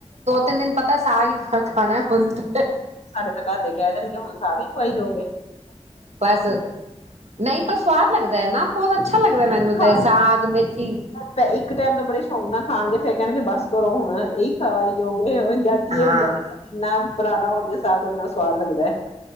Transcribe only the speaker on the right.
ਿੰਨ ਦਿਨ ਪਤਾ ਸਾ ਖਾਣਾ ਬੁੰਦਾ
ਬਸ ਨਹੀਂ ਪਰ ਸਵਾਦ ਲੱਗਦਾ ਹੈ ਨਾ ਬਹੁਤ ਅੱਛਾ ਲੱਗਦਾ ਮੈਨੂੰ ਤੇ
ਸਾਗ ਮੇਥੀ
ਹਾਂ